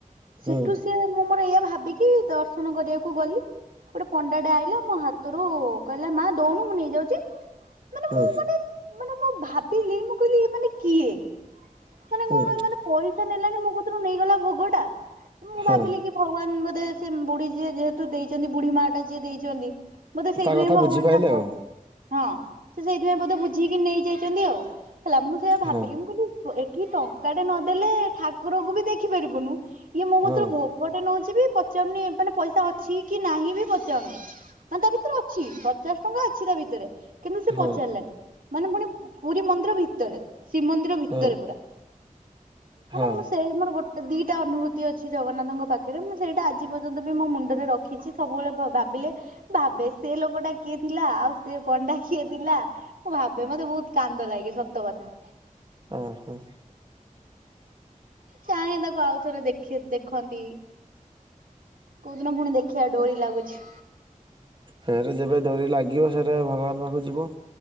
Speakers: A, on the right; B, on the right.
A: ସେଠୁ
B: ହୁଁ
A: ସିଏ ମୁଁ ମୋର ଏଇଆ ଭାବିକି ଦର୍ଶନ କରିବାକୁ ଗଲି। ଗୋଟେ ପଣ୍ଡା ଟେ ଆଇଲା ମୋ ହାତରୁ କହିଲା ମା ଦଉନୁ ମୁଁ ନେଇଯାଉଛି। ମାନେ
B: ହୁଁ
A: ମୁଁ ମାନେ ମାନେ ମୁଁ ଭାବିଲି। ମୁଁ କହିଲି ଇଏ ମାନେ କିଏ? ମାନେ କ'ଣ
B: ହୁଁ
A: ଏମାନେ ପଇସା ନେଲାନି? ମୋ କତିରୁ ନେଇଗଲା ଭୋଗ ଟା ମୁଁ
B: ହଁ
A: ଭାବିଲି କି ଭଗବାନ ମୁଁ ବୋଧେ ସେ ବୁଢୀ ଯିଏ ଯେହେତୁ ଦେଇଛନ୍ତି। ବୁଢୀ ମା ଟା ଯିଏ ଦେଇଛନ୍ତି। ବୋଧେ ସେଇଥିପାଇଁ
B: ତା କଥା
A: ଭଗବାନ
B: ବୁଝିପାଇଲେ
A: ତାଙ୍କ
B: ଆଉ
A: ହଁ ସେ ସେଇଥିପାଇଁ ବୋଧେ ବୁଝିକି ନେଇ ଯାଇଛନ୍ତି ଆଉ। ହେଲା ମୁଁ ସେଇୟଆ ଭାବିଲ!
B: ହଁ
A: ମୁଁ କହିଲି ପ ଏଠି ଟଙ୍କା ଟେ ନଦେଲେ ଠାକୁରକୁ ବି ଦେଖିପାରିବୁନୁ। ଇଏ ମୋ କତରୁ
B: ହଁ
A: ଭୋଗଟେ ନଉଛି, ବି ପଚାରୁନି ମାନେ ପଇସା ଅଛି କି ନାହିଁ ବି ପଚାରୁନି। ହଁ ତା ଭିତରେ ଅଛି ପଚାଶ ଟଙ୍କା ଅଛି। ତା ଭିତରେ କିନ୍ତୁ ସେ
B: ହଁ
A: ପଚାରିଲାନି। ମାନେ ପୁଣି ପୁରୀ ମନ୍ଦିର ଭିତରେ ଶ୍ରୀମନ୍ଦିର ଭିତରେ
B: ହଁ
A: ପୁରା। ମାନେ
B: ହଁ।
A: ମୁଁ ସେଇ ମୋର ଗୋଟେ ଦିଟା ଅନୁଭୂତି ଅଛି ଜଗନ୍ନାଥଙ୍କ ପାଖ ମୁଁ ସେଇଟା ଆଜି ପର୍ଯ୍ୟନ୍ତ ବି ମୋ ମୁଣ୍ଡରେ ରଖିଛି ସବୁବେଳେ ବା ଭାବିଲେ। ଭାବେ ସେ ଲୋକଟା କିଏ ଥିଲା? ଆଉ ସେ ପଣ୍ଡା କିଏ ଥିଲା? ମୁଁ ଭାବେ ମତେ ବହୁତ କାନ୍ଦ ଲାଗେ ସତ କଥା।
B: ଓହୋ
A: ଚାହେଁ ତାକୁ ଆଉ ଥରେ ଦେଖ ଦେଖନ୍ତି। କୋଉ ଦିନ ପୁଣି ଦେଖିବା ଡୋରି ଲାଗୁଛି।
B: ଫେରେ ଯେବେ ଡୋରି ଲାଗିବ ସେରେ ଭଗବାନ ପାଖକୁ ଯିବ।